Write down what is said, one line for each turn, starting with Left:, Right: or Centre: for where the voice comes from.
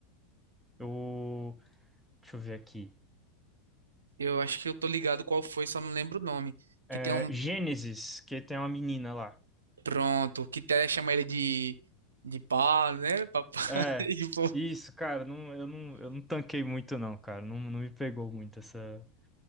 Centre: O. Deixa eu ver aqui.
Right: Eu acho que eu tô ligado qual foi, só não lembro o nome. Que
Centre: É,
Right: tem um.
Centre: Gênesis, que tem uma menina lá.
Right: Pronto, que até chama ele de. De pá, né, papai?
Centre: É.
Right: <laughs> E, pô,
Centre: Isso, cara, não, eu não, eu não tanquei muito, não, cara. Não, não me pegou muito essa.